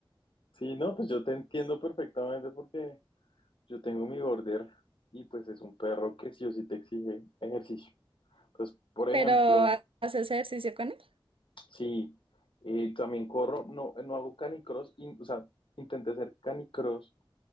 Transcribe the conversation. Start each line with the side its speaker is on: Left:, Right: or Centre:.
Left: Sí, no, pues yo te entiendo perfectamente porque yo tengo mi border y pues es un perro que sí o sí te exige ejercicio. Pues, por ejemplo,
Right: Pero, ¿haces ejercicio con él?
Left: sí, eh, también corro, no, no hago canicross, in- o sea, intenté hacer canicross,